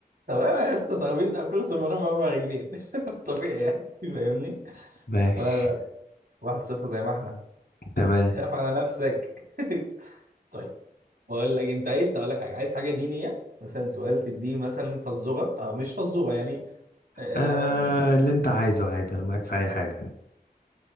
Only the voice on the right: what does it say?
تمام يا اسطى ترابيزه او كرسي من غير اربع رجلين <laughs> طبيعي يعني فاهمني
فلا واحد صفر زي ما احنا
خاف على نفسك <laughs> طيب بقول لك انت عايز اقول لك حاجه عايز حاجه دينيه مثلا سؤال في الدين مثلا فزوره او مش فزوره يعني آم،